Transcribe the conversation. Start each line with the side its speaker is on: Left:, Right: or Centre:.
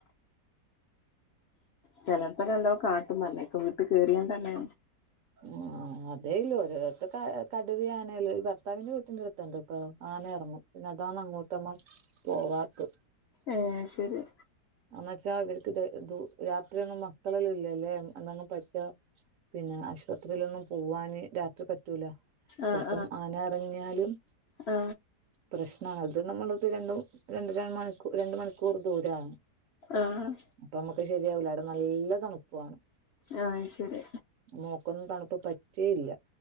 Left: ചിലപ്പം നല്ലോം കാട്ടും പഞ്ഞേക്കാം വീട്ട് കയറിയാണ്ട് ല്ലോ
Right: ആ അതേ ഓരോട് ത്ത് കടുവയാണ് ഈ ഭർത്താവിന്റെ വീട്ടിന്റെ അടുത്തണ്ട് ട്ടോ ആന എർ ങ്ങും പിന്നെതാണ് അങ്ങോട്ടൊന്നും പോവാത്ത്
Left: ഏ ശരി
Right: എന്ന് വെച്ചാ ഇവർക്ക് ത് എന്തോ രാത്രി അന്നും മക്കളെല്ലാം ഇല്ലല്ലേ എന്നങ് പറ്റയ പിന്നെ ആശുപത്രിലൊന്നും പോവാന് രാത്രി പറ്റൂല
Left: ആ
Right: ചെൽ പ്പം
Left: ആ
Right: ആന ഇറങ്ങ്യലും
Left: ആ
Right: പ്രശ്നാ അത് നമ്മൾ രണ്ടും രണ്ട് ര മണിക്കൂർ രണ്ട് മണിക്കൂർ ദൂരാ
Left: ആഹ്
Right: അപ്പൊ നമക്ക് ശരിയാവൂല അവിടെ നല്ല തണുപ്പാണ്
Left: ആ അത് ശെരി
Right: മോക്കൊ ന്നും തണുപ്പ് പറ്റേ ല്ല